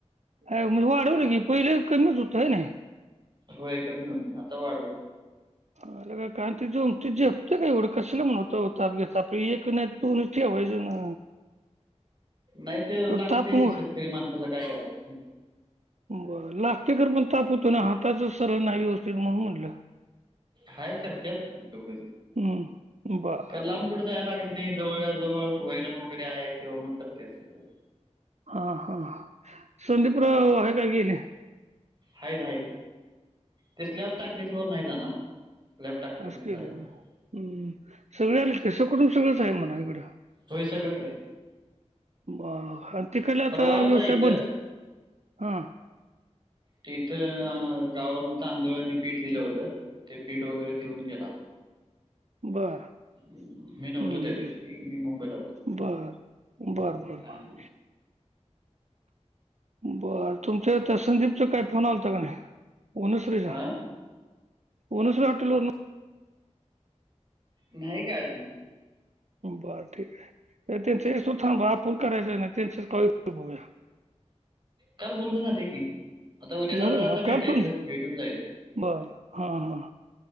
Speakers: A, on the right (about 75°); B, on the right (about 40°).
A: ह म्हणजे वाढव न की पहिले कमीच होतं आहे नाही.
B: होय कमी होतय आता वाढवल.
A: का कारण ति ति झेपते काही ओळखशला म्हण होतं होता आपे आपलं एक नाही तो ठेवायजे ना.
B: नाही ते
A: तर
B: लागते
A: ताप मग
B: ती शेतकरी माणसाला काय कराय?
A: बरं लागतेकर पण ताप होतो ना हाताच सरळ नाही व्यवस्थेत म्हणून म्हटलं.
B: हाय करतेत दोघ
A: हम्म बर
B: खर लांब कुठे जाय लागे. नाही जवळजवळ वैरन वगैरे आहे तेव्हा मग करते सगळ.
A: हा हा संदीप राव आहे काय गेले.
B: हा हाय ते स्लॅब टाकल्याशिवार नाही जाणार. टाकल्या
A: ह
B: तर
A: केले
B: जाणार
A: हम् सगळे आले कसं कून सगळंच आहे म्हणा इकडे.
B: हो हे सगळंच आहे.
A: आणि तेिकलाता
B: परवा आलता
A: व्यवसाय
B: इथं
A: बंद हा.
B: तिथं गावावरन तांदळांनी पीठ दिलं होतं ते पीठ वगैरे देऊन गेला‌
A: बरं.
B: हम्म, मी नव्हतो
A: हम्म
B: त्या दिवशी मी मुंबईला होतो
A: बर बर बर
B: हा.
A: ब बर तुमच्या त्या संदीपचा काय फोन आलाता का नाही ओनस्रीचा.
B: हा?
A: उनुॉटलवररून <unintelligible>
B: नाही काय अजून.
A: बरं ठीक आहे त्यांच येसतवर थांबा आपण करायचं ना त्यांनच कवा येतंय बघूया.
B: काल बोलण झालंय की आता उद्या जाता
A: झालं का
B: आता
A: काल
B: भेटायचं
A: पण
B: भेटून जायचं.
A: बर हा हा.